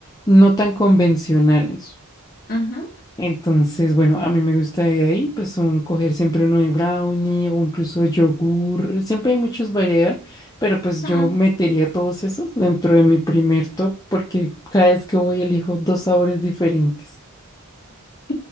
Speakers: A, on the left (about 15°); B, on the left (about 40°).
A: no tan convencionales.
B: ujú,
A: Entonces, bueno, a mí me gusta de ahí, pues un, coger siempre uno de brownie o incluso yogur. Siempre hay muchas variedades, pero pues
B: mm.
A: yo metería todos esos dentro de mi primer top porque cada vez que voy elijo dos sabores diferentes.
B: <laughs>